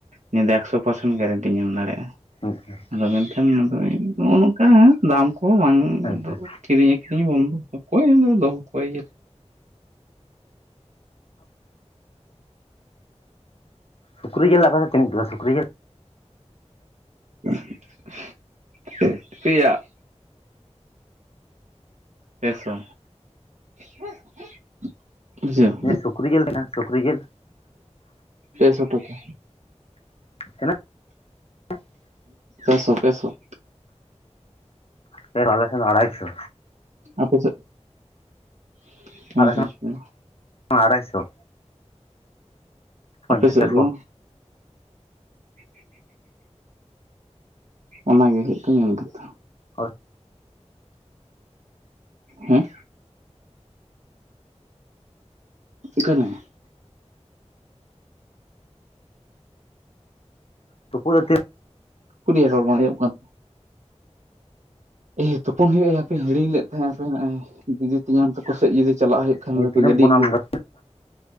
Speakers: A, on the right; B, on the left.
A: ᱱᱤᱭᱟᱹ ᱫᱚ ᱮᱠᱥᱚ ᱯᱟᱨᱥᱮᱱ ᱜᱮᱨᱮᱱᱴᱤᱧ ᱮᱢ ᱫᱟᱲᱮᱭᱟᱜᱼᱟ
B: ᱦ
A: ᱟᱫᱚ ᱢᱮᱱᱠᱷᱟᱱ <unintelligible> ᱱᱚᱜᱼᱚ ᱱᱚᱝᱠᱟ ᱫᱟᱢ ᱠᱚ ᱵᱟᱝ
B: ᱦᱮᱸ
A: ᱠᱤᱨᱤᱧ ᱤᱧ ᱵᱚᱱᱫᱚ ᱚᱠᱚᱭ ᱫᱚᱦᱚ ᱠᱚᱭ
B: ᱥᱩᱠᱨᱤ ᱡᱮᱞ ᱟᱯᱮᱥᱮᱜ ᱛᱱᱟ. ᱜ ᱠᱟᱛᱮᱜ ᱥᱩᱠᱨᱤ ᱡᱮᱞ
A: <unintelligible> ᱯᱮᱥᱚ <unintelligible>
B: ᱱᱮ ᱥᱩᱠᱨᱤ ᱡᱤᱞ ᱛᱤᱱᱟᱹᱜ ᱥᱩᱠᱨᱤ ᱡᱤᱞ
A: ᱯᱮᱥᱚ ᱴᱟᱠᱟ
B: <unintelligible>
A: ᱯᱮᱥᱚ ᱯᱮᱥᱚ
B: ᱥᱮᱨ ᱟᱞᱮ ᱥᱮᱱ ᱫᱚ ᱟᱲᱟᱭᱥᱚ
A: ᱟᱯ ᱥᱮᱜ <unintelligible>
B: ᱟᱞᱮ ᱥᱮᱱ ᱟᱲᱟᱭᱥᱚ ᱯᱚᱧᱪᱟᱥ
A: ᱟᱯᱮ ᱥᱮᱜ
B: ᱴᱟᱠᱟ
A: ᱫᱚ <inaudible> ᱚᱱᱟᱜᱮ ᱦᱩᱭᱩᱜ ᱠᱟᱱᱟ ᱢᱮᱱ ᱠᱟᱛᱷᱟ
B: ᱦᱳᱭ
A: ᱦᱮᱸ <unintelligible>
B: ᱛᱩᱯ ᱫᱚ ᱛᱤ
A: ᱩᱠᱩᱨᱤᱜᱭᱟ ᱨᱚᱲ ᱵᱚᱝ ᱟᱸᱡᱚᱢᱚᱜ ᱠᱟᱱ ᱮ ᱛᱩᱯᱚᱱ ᱦᱩᱭᱩᱜᱼᱟᱭᱟ ᱦᱟᱯᱮᱭᱟ ᱦᱤᱲᱤᱧ ᱞᱮᱫ ᱛᱟᱦᱮᱸ ᱦᱟᱯᱮᱼᱚᱭ ᱫᱤᱫᱤ ᱛᱮᱧᱟᱝ ᱛᱟᱠᱚ ᱥᱮᱜ ᱡᱩᱫᱤ ᱪᱟᱞᱟᱜ ᱦᱩᱭᱩᱜ ᱠᱷᱟᱱ <unintelligible>
B: ᱛᱤᱨᱮᱢ
A: ᱜᱟᱹᱰᱤ
B: ᱛᱩᱯᱩᱱᱟ
A: ᱟᱜᱩ
B: ᱟᱢ
A: ᱠᱟᱜ
B: ᱫᱚ